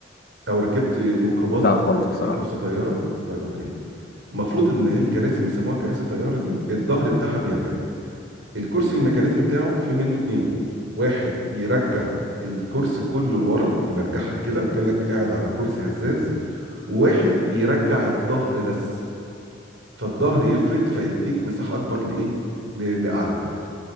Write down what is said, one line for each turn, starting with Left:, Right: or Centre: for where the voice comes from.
Right: او ركبت ميكروباص
Left: لا
Right: بال-
Left: خالص
Right: اللي
Left: بصراحة
Right: فيه كرسي طياره طيب اوكي المفروض ان هي الكراسي اللي بيسموها كراسي طياره دي الظهر بتاعها بيرجع الكرسي الميكانيزم بتاعه في منه اتنين واحد بيرجع الكرسي كله لورا يمرجحك كده كانك قاعد على كرسي هزاز وواحد بيرجع الظهر بس فالظهر يفرد فيديك مساحه اكبر لايه ل- لقعدتك